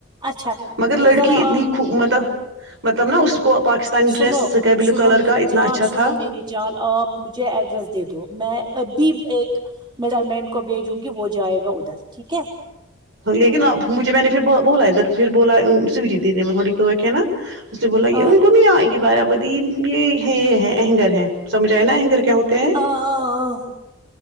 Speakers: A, on the right; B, on the right.
A: اچھا
B: مگر لڑکی
A: ذرا
B: اتنی
A: آپ
B: خب مطلب مطلب نا اس کو پاکستان سن
A: سنو
B: ڈریس سکائی بلیو
A: سنو
B: کلر
A: میری
B: کا اتنا
A: جان
B: اچھا
A: سنو
B: تھا
A: میری جان آپ مجھے ایڈریس دے دو میں اب بھی ایک مڈل مین کو بھیجوں گی وہ جائے گا ادھر ٹھیک ہے
B: لیکن اب مجھے میں نے پھر بولا ادھر پھر بولا سوٹی دی دی میں تھوڑیک ہے نا اس نے بولا گے
A: آہ،
B: ان کو نہیں یہ آئی کہ بارا بادید یہ ہے یہ ہے انگر ہے سمجھ آئے نا اینگر کیا ہوتے ہیں
A: آہ،